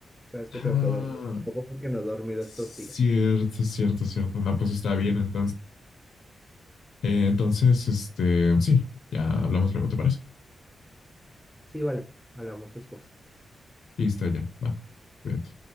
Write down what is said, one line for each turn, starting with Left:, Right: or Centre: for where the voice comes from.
Centre: sabes que
Left: Ah,
Centre: tengo que dormir un poco porque no he dormido
Left: cierto,
Centre: estos días.
Left: cierto, cierto. No, pues está bien. Entonces... Eh, entonces, este, sí, ya hablamos luego, ¿te parece?
Centre: Sí, vale, hablamos después.
Left: Listo, ya, va, cuídate.